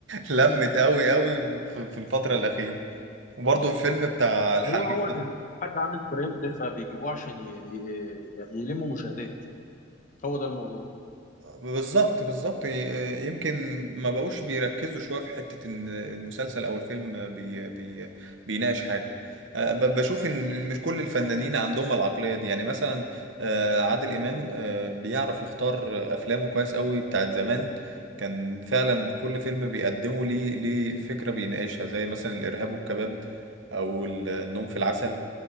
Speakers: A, on the right (about 75°); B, on the left (about 40°).
A: لمت قوي قوي في في الفترة الأخيرة وبرضه الفيلم بتاع الحريفة
B: ايوه هو دل-
A: ده
B: حد عامل ترند فبيجيبوه عشان ي... ي... يلموا مشاهدات هو ده الموضوع
A: بالظبط بالظبط ي- يمكن ما بقوش بيركزوا شويه في حته ان المسلسل او الفيلم بي بي بيناقش حاجه أه، ب- بشوف ان إن مش كل الفنانين عندهم العقليه دي يعني مثلا آه، عادل امام آه، بيعرف يختار افلامه كويس قوي بتاعت زمان كان فعلا كل فيلم بيقدمه ليه ليه فكره بيناقشها زي مثلا الارهاب والكباب او النوم في العسل